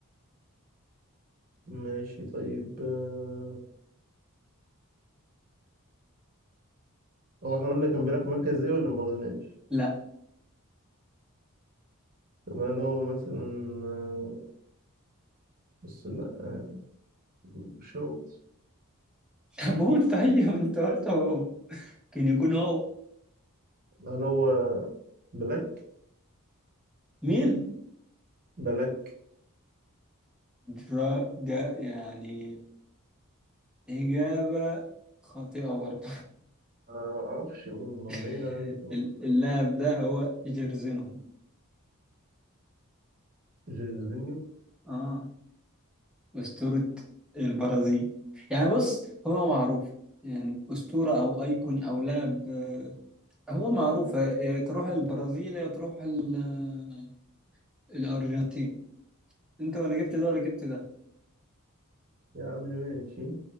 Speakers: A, on the right; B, in the centre.
A: ماشي طيب آه، هو إحنا قلنا كان بيلعب في مركز إيه ولا ما قلناش؟
B: لا
A: طب هل هو مثلا آه، بس لأ آه، مش هو
B: طب قول طيب انت قلت هو كان يكون هو
A: هل هو بلاك
B: مين؟
A: بلاك
B: برا جا يعني إجابة خاطئة برضه
A: أنا ما أعرفش مين ما
B: <laughs>
A: بعيد عن
B: اللاعب ده هو جيرزينهو
A: جيرزينيو
B: اه أسطورة البرازيل يعني بص هو معروف يعني أسطورة أو أيكون أو لاعب آه، هو معروف يا تروح البرازيل يا تروح ال- آه، الأرجنتين أنت ولا جبت ده ولا جبت ده
A: يا عم ماشي